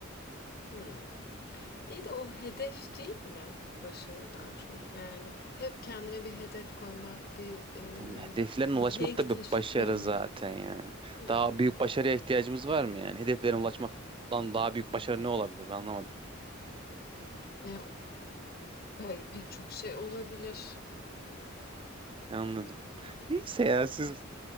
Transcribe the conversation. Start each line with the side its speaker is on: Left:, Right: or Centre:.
Left: Hımm. İyi de o hedef değil mi başarıdan çok?
Right: Hı.
Left: Yani hep kendine bir hedef koymak, bir, eee,
Right: Tamam, hedeflerine
Left: mihenk
Right: ulaşmak da
Left: taşı
Right: bir başarı
Left: koymak
Right: zaten
Left: gibi
Right: yani.
Left: mi yani?
Right: Daha büyük başarıya ihtiyacımız var mı yani? Hedeflerine ulaşmaktan daha büyük başarı ne olabilir? Ben anlamadım.
Left: Ya, pe pek çok şey olabilir.
Right: Anladım. Neyse ya siz